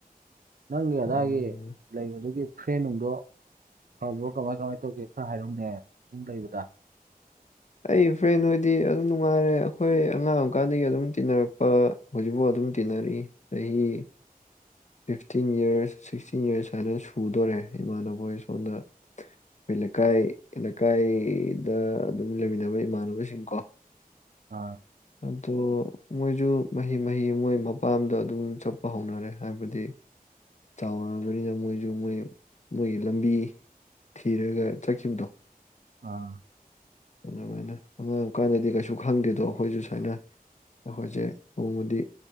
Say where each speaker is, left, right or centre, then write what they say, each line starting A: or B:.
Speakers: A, on the right; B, on the left.
A: ꯅꯪꯒꯤ
B: ꯎꯝ
A: ꯑꯗꯥꯏꯒꯤ ꯂꯩꯕꯗꯨꯒꯤ ꯐ꯭ꯔꯦꯟꯅꯨꯡꯗꯣ ꯐꯕ꯭ꯔꯣ ꯀꯃꯥꯏ ꯀꯃꯥꯏ ꯇꯧꯒꯦ ꯈꯔ ꯍꯥꯏꯔꯧꯅꯦ ꯁꯒꯨꯝ ꯂꯩꯕꯗ
B: ꯑꯩ ꯐ꯭ꯔꯦꯟ ꯍꯣꯏꯗꯤ ꯑꯗꯨꯝ ꯅꯨꯡꯉꯥꯏꯔꯦ ꯑꯩꯈꯣꯏ ꯑꯉꯥꯡ ꯑꯃꯀꯥꯟꯗꯒꯤ ꯑꯗꯨꯝ ꯇꯤꯟꯅꯔꯛꯄ ꯍꯧꯖꯤꯛꯐꯥꯎ ꯑꯗꯨꯝ ꯇꯟꯅ ꯔꯤ ꯆꯍꯤ ꯆꯍꯤ ꯐꯤꯐꯇꯤꯟ ꯌꯔꯁ ꯁꯤꯛꯁꯇꯤꯟ ꯌꯔꯁ ꯍꯥꯏꯅ ꯁꯨꯗꯣꯔꯦ ꯏꯃꯥꯟꯅꯕꯣꯏ ꯁꯣꯝꯗ ꯑꯩꯈꯣꯏ ꯂꯩꯀꯥꯏ ꯂꯩꯀꯥꯏꯗ ꯑꯗꯨꯝ ꯂꯩꯃꯤꯟꯅꯕ ꯏꯃꯥꯟꯅꯕꯁꯤꯡ ꯀꯣ
A: ꯑꯥ
B: ꯑꯣ ꯃꯣꯏꯁꯨ ꯃꯍꯤ ꯃꯍꯤ ꯃꯣꯏ ꯃꯄꯥꯝꯗ ꯑꯗꯨꯝ ꯆꯠꯄ ꯍꯧꯅꯔꯦ ꯍꯥꯏꯕꯗꯤ ꯆꯥꯎꯔꯕꯅꯤꯅ ꯃꯣꯏꯁꯨ ꯃꯣꯏ ꯃꯣꯏꯒꯤ ꯂꯝꯕꯤ ꯊꯤꯔꯒ ꯆꯠꯈꯤꯕꯗꯣ
A: ꯑꯥ
B: ꯑꯗꯨꯃꯥꯏꯅ ꯑꯉꯥꯡꯀꯥꯟꯗꯗꯤ ꯀꯩꯁꯨ ꯈꯪꯗꯦꯗꯣ ꯑꯩꯈꯣꯏꯁꯨ ꯁꯨꯃꯥꯏꯅ ꯑꯩꯈꯣꯏꯁꯦ ꯅꯣꯡꯃꯗꯤ